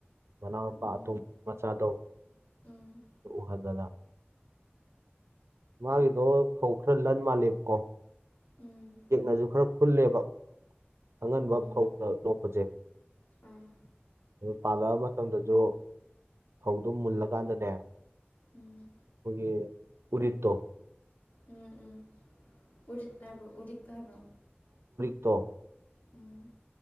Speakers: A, on the right (about 85°); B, on the left (about 45°).
A: ꯃꯅꯥꯎꯄꯥ
B: ꯎꯝ
A: ꯑꯇꯣꯝꯕ ꯃꯆꯥꯗꯣ
B: ꯎꯝ
A: ꯎꯍꯟꯗꯅ ꯃꯥꯒꯤꯗꯣ ꯐꯧ ꯈꯔ ꯂꯟ ꯃꯥꯟꯔꯦꯕꯀꯣ
B: ꯎꯝ
A: ꯎꯌꯦꯛꯅꯁꯨ ꯈꯔ ꯈꯨꯜꯂꯦꯕ ꯑꯉꯟꯕ
B: ꯎꯝ
A: ꯐꯧ ꯗ ꯂꯣꯛꯄꯁꯦ
B: ꯑꯥ
A: ꯑꯗꯨ ꯄꯥꯜꯂꯛꯑꯕ ꯃꯇꯝꯗꯁꯨ ꯐꯧꯗꯨ ꯃꯨꯜꯂꯀꯥꯟꯗꯅꯦ
B: ꯎꯝ
A: ꯍꯣꯏꯒꯤ ꯎꯔꯤꯠꯇꯣ
B: ꯎꯝ ꯎꯝ ꯎꯔꯤꯠ ꯍꯥꯏꯕ꯭ꯔꯣ ꯎꯗꯤꯛ ꯍꯥꯏꯕ꯭ꯔꯣ
A: ꯇꯣ
B: ꯎꯝ